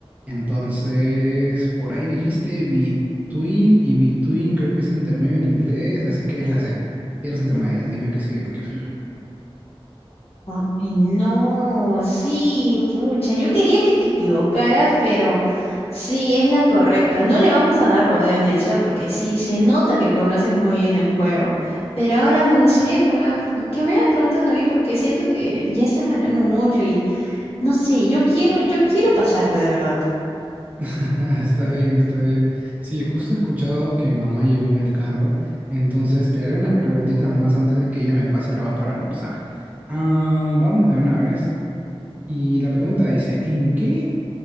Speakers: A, on the right (about 15°); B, on the left (about 75°).
A: Entonces, por ahí dijiste between y between creo que es intermedio en inglés, así que es la C. Tierras intermedias, dime que sí, dime que sí.
B: Ay, no, sí, pucha, yo quería que te equivocaras, pero sí, es la correcta. No le vamos a dar rodeo en esta porque sí, se nota que conoces muy bien el juego. Pero ahora me gustaría que me, haga- que me hagas preguntas a mí porque siento que ya estás ganando mucho y no sé, yo quiero, yo quiero pasarte de verdad.
A: <laughs> Está bien, está bien. Sí, justo he escuchado que mi mamá llegó en el carro, entonces te haré unas preguntitas más antes de que ella me pase la voz para almorzar. Ah, vamos de una vez. Y la pregunta dice, ¿en qué,